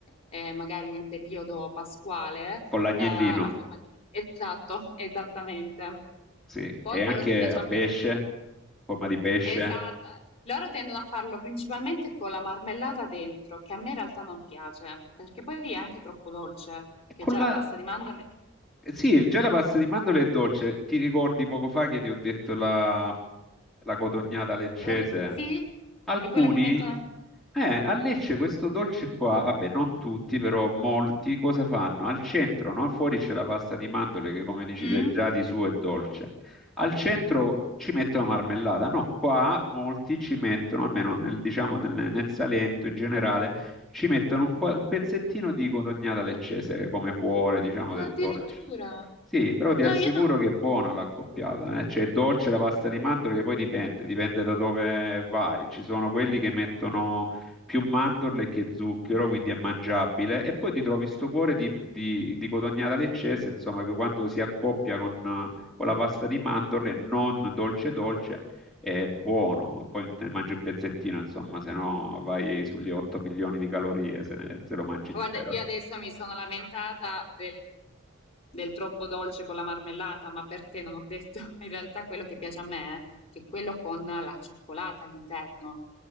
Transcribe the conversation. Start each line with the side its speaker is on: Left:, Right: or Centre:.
Left: eh, magari nel periodo pasquale,
Centre: con l'agnellino,
Left: eh, la forma di... Esatto, <laughs> esattamente.
Centre: sì.
Left: Poi
Centre: E anche
Left: quello che piace
Centre: a
Left: a
Centre: pesce,
Left: me
Centre: forma di pesce.
Left: Esatto, loro tendono a farlo principalmente con la marmellata dentro, che a me in realtà non piace, perché poi è anche troppo dolce, perché
Centre: E con
Left: già
Centre: la...
Left: la pasta di mandorle...
Centre: Sì, già la pasta di mandorle è dolce. Ti ricordi poco fa che ti ho detto la, la cotognata leccese?
Left: Eh, Sì,
Centre: Alcuni
Left: è quella che mettono...
Centre: Eh, a Lecce questo dolce qua, vabbè, non tutti, però molti cosa fanno? Al centro, no? Fuori c'è la pasta di mandorle che, come dici
Left: Mm?
Centre: te, già di suo è dolce. Al centro ci mettono marmellata. No, qua molti ci mettono, almeno nel, diciamo nel, nel Salento in generale, ci mettono un, qua- un pezzettino di codognata leccese come cuore, diciamo,
Left: Ah,
Centre: del
Left: addirittura.
Centre: dolce. Sì, però ti
Left: No,
Centre: assicuro
Left: io non...
Centre: che è buona l'accoppiata, eh? Cioè, è dolce la pasta di mandorle che poi dipende, dipende da dove vai. Ci sono quelli che mettono più mandorle che zucchero, quindi è mangiabile, e poi ti trovi sto cuore di, di, di codognata leccese, insomma, che quando si accoppia con, eh, con la pasta di mandorle, non dolce dolce, è buono. Poi te ne mangi un pezzettino, insomma, se no vai sugli 8 milioni di calorie se, se lo mangi
Left: Guarda,
Centre: intero.
Left: io adesso mi sono lamentata del, del troppo dolce con la marmellata, ma perché non ho detto <laughs> in realtà quello che piace a me, eh, che è quello con la cioccolata all'interno.